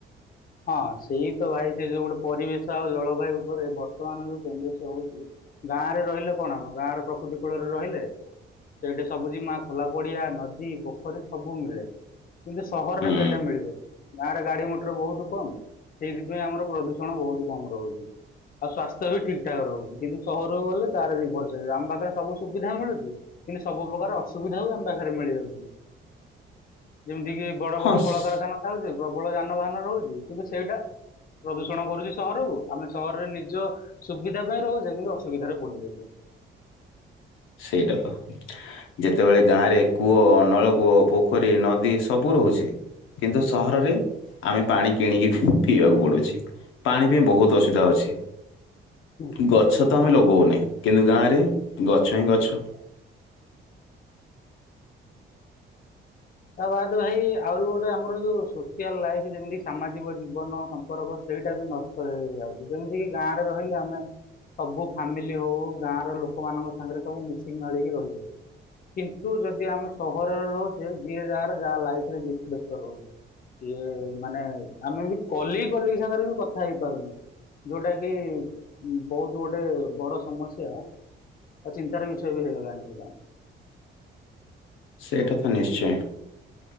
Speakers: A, on the left; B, on the left.
A: ହଁ ସେଇ ତ ଭାଇ ସେ ଯୋଉ ଗୋଟେ ପରିବେଶ ଆଉ ଜଳବାୟୁ ଉପରେ ବର୍ତ୍ତମାନ ଯୋଉ ଚେଞ୍ଜେସ୍ ହୋଉଚି ଗାଁରେ ରହିଲେ କଣ ଆମ ଗାଁର ପ୍ରକୃତି କୂଳରେ ରହିଲେ ସେଇଠି ସବୁଜିମା ଖୋଲା ପଡିଆ ନଦୀ ପୋଖରୀ ସବୁ ମିଳେ। କିନ୍ତୁ ସହରରେ
B: ହୁଁ
A: ସେଇଟା ମିଳିବ ଗାଁରେ ଗାଡ଼ି ମଟର ବୋହୁତ କମ ସେଇଥିପାଇଁ ଆମର ପ୍ରଦୂଷଣ ବୋହୁତ କମ ରହୁଚି। ଆଉ ସ୍ୱାସ୍ଥ୍ୟ ବି ଠିକ ଠାକ ରହୁଚି। କିନ୍ତୁ ସହରକୁ ଗଲେ ତାର ରିଭର୍ସ ହେଇ ଆମ ପାଖରେ ସବୁ ସୁବିଧା ମିଳୁଚି କିନ୍ତୁ ସବୁ ପ୍ରକାର ଅସୁବିଧାକୁ ଆମ ପାଖରେ ମିଳିଯାଉଚି। ଯେମିତି କି ବଡ଼
B: ହଁ
A: ବଡ଼
B: ସ-
A: କଳକାରଖାନା ଥାଉ ତେ ପ୍ରବଳ ଯାନବାହାନ ରହୁଚି। କିନ୍ତୁ ସେଇଟା ପ୍ରଦୂଷଣ କରୁଚି ସହରକୁ ଆମେ ସହରରେ ନିଜ ସୁବିଧା ପାଇଁ ରହୁଚେ କିନ୍ତୁ ଅସୁବିଧାରେ ପଡ଼ିଯାଉଚେ।
B: ସେଇଟା ତ ଯେତବେଳେ ଗାଁରେ କୂଅ ନଳକୂଅ ପୋଖରୀ ନଦୀ ସବୁ ରହୁଚି କିନ୍ତୁ ସହରରେ ଆମେ ପାଣି କିଣିକି ପିଇବାକୁ ପଡ଼ୁଛି। ପାଣି ପାଇଁ ବୋହୁତ ଅସୁବିଧା ହୋଉଛି।
A: ହୁଁ ହୁଁ।
B: ଗଛ ତ ଆମେ ଲଗଉ ନେ କିନ୍ତୁ ଗାଁରେ ଗ ଛ ହିଁ ଗଛ।
A: ତା ବାଦ ଭାଇ ଆହୁରି ଗୋଟେ ଆମର ଯୋଉ ସୋସିଆଲ ଲାଇଫ୍ ଯେମିତି ସାମାଜିକ ଜୀବନ ସମ୍ପର୍କ ସେଇଟା ବି ନଷ୍ଟ ହେଇ ହେଇଯାଉଚି ଯେମିତି କିି ଗାଁରେ ରହିଲେ ଆମେ ସବୁ ଫାମିଲି ହୋଉ ଗାଁର ଲୋକମାନଙ୍କ ସାଙ୍ଗରେ ସବୁ ମିଶିକି ମାଳେଇକି ରହିଯାଉ। କିନ୍ତୁ ଯଦି ଆମେ ସହରରେ ରହୁଚେ ଯିଏ ଯାହାର ଯାହା ଲାଇଫରେ ବି ବ୍ୟସ୍ତ ରହୁଚି। ସିଏ ମାନେ ଆମେ ବି କଲି କଲି ସାଙ୍ଗରେ ବି କଥା ହେଇପାରୁନେ ଯୋଉଟା କି ଉଁ ବୋହୁତ ଗୋଟେ ବଡ଼ ସମସ୍ୟା ଆଉ ଚିନ୍ତାର ବିଷୟ ବି ହେଇଗଲାଣି ସେଇଟା।
B: ସେଇଟା ତ ନିଶ୍ଚୟ।